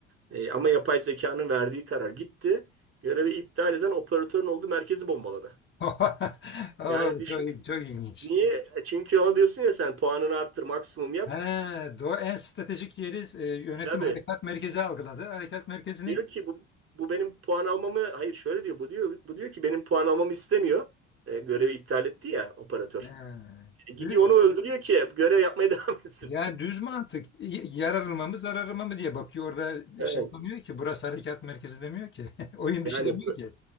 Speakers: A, on the right; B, on the left.
A: E, ama yapay zekanın verdiği karar gitti. Görevi iptal eden operatörün olduğu merkezi bombaladı.
B: <laughs> Oo,
A: Yani düşün.
B: çok, il- çok ilginç.
A: Niye? E, Çünkü ona diyorsun ya sen puanını arttır, maksimum yap.
B: He, doğu en stratejik yeri e, yönetim
A: Tabii.
B: harekat merkezi algıladı. Harekat merkezinin
A: Diyor ki bu, bu benim puan almamı hayır şöyle diyor. Bu diyor bu diyor ki benim puan almamı istemiyor. E, görevi iptal etti ya operatör.
B: he,
A: E, gidiyor
B: dü-
A: onu öldürüyor ki görev yapmaya <laughs> devam etsin.
B: yani düz mantık y- yararıma mı zararıma mı diye bakıyor. Orada
A: Evet.
B: şey yapamıyor ki burası harekat merkezi demiyor ki. <laughs> Oyun
A: Yani
B: dışı demiyor ki.